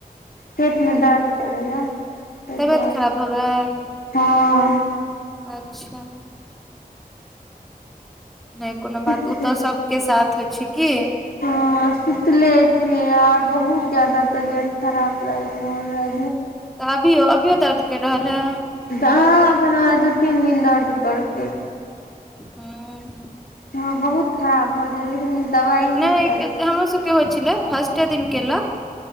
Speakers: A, on the left; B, in the centre.
A: पेटमे दर्द करैया, ताहि
B: तबियत
A: दुआरे
B: खराब भऽ गेल
A: हँ।
B: अच्छा। नहि कोनो
A: सुतले
B: बात, ओ तऽ सभके साथ होइ छै। कि
A: हाँ सुतले छी आर बहुत जादा तबियत खराब लाग रहल हैं आय
B: तऽ अभियो, अभियो दर्द करि रहल है।
A: एखन हमरा दू तीन दिन दर्द करतै
B: हँ।
A: हँ बहुत खराब भऽ जाय लेकिन। दवाइ
B: नहि
A: खाइ छी
B: इटा हमरो सभके होइ छलै फर्स्ट दिन केलक